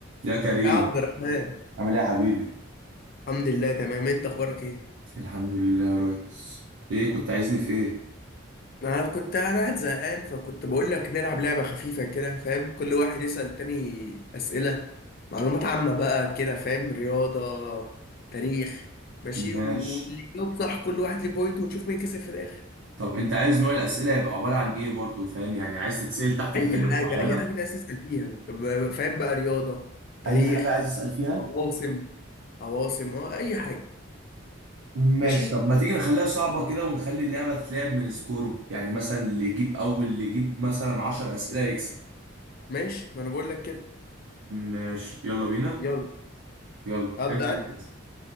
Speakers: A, on the right; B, on the left.
A: يا كريم
B: يا عبد الرحمن
A: عامل ايه يا حبيبي
B: الحمد لله تمام انت اخبارك ايه
A: الحمد لله يا ريس ايه كنت عايزني في ايه
B: انا كنت انا قاعد زهقان فكنت بقول لك نلعب لعبه خفيفه كده فاهم كل واحد يسأل التاني اسئله معلومات عامه بقى كده فاهم رياضه تاريخ ماشي
A: ماشي
B: واللي يجاوب صح كل واحد ليه بوينت ونشوف مين كسب في الاخر
A: طب انت عايز نوع الاسئله يبقى عباره عن ايه برضه فاهم يعني عايز تتسال تحت
B: اي
A: كاتيجوري
B: حاجه
A: معينه
B: اي حاجه ده تسأل فيها ب- فاهم بقى رياضه تاريخ
A: اي حاجه عايز اسال فيها
B: عواصم عواصم اه اي حاجه
A: ماشي
B: ماشي
A: طب ما تيجي نخليها صعبه كده ونخلي اللعبه تتلعب من سكوره يعني مثلا اللي يجيب اول اللي يجيب مثلا 10 اسئله يكسب
B: ماشي ما انا بقول لك كده
A: ماشي يلا بينا
B: يلا
A: يلا
B: ابدا
A: ابدا انت